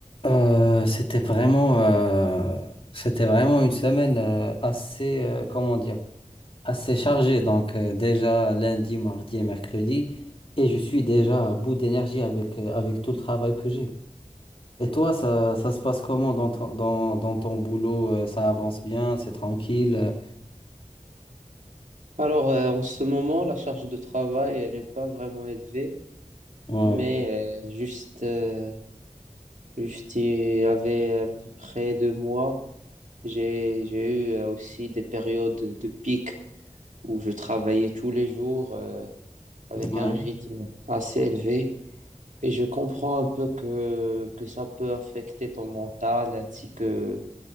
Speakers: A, on the left (about 45°); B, on the right (about 75°).
A: Euh, c'était vraiment, euh, c'était vraiment une semaine euh, assez, euh, comment dire, assez chargée. Donc euh, déjà lundi, mardi et mercredi, et je suis déjà à bout d'énergie avec euh, avec tout le travail que j'ai. Et toi, ça, ça se passe comment dans ton, dans, dans ton boulot? euh, Ça avance bien, c'est tranquille. euh,
B: Alors, euh, en ce moment, la charge de travail elle n'est pas vraiment élevée,
A: Ouais,
B: mais euh, juste, euh, juste il y avait à peu près deux mois, j'ai, j'ai eu euh, aussi des périodes de pic où je travaillais tous les jours euh, avec
A: ouais.
B: un rythme assez élevé. Et je comprends un peu que, que ça peut affecter ton mental ainsi que,